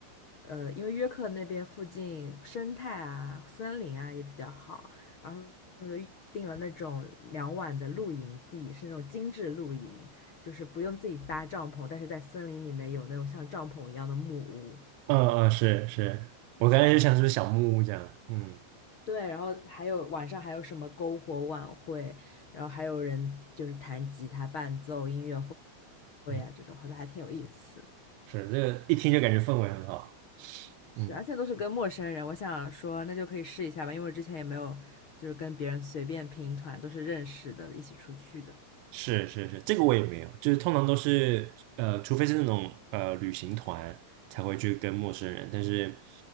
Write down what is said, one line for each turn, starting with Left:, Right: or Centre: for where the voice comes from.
Left: 呃，因为约克那边附近生态啊、森林啊也比较好，然后他们就订了那种两晚的露营地，是那种精致露营，就是不用自己搭帐篷，但是在森林里面有那种像帐篷一样的木屋。
Right: 嗯嗯，是是，我刚才就想是不是小木屋这样，嗯
Left: 对，然后还有晚上还有什么篝火晚会，然后还有人就是弹吉他伴奏音乐会啊，
Right: 嗯，
Left: 这种好像还挺有意思。
Right: 是这个一听就感觉氛围很好，
Left: 是，
Right: 嗯，
Left: 而且都是跟陌生人，我想说那就可以试一下吧，因为我之前也没有就是跟别人随便拼团，都是认识的，一起出去的。
Right: 是是是，这个我也没有，就是通常都是呃，除非是那种呃旅行团才会去跟陌生人，但是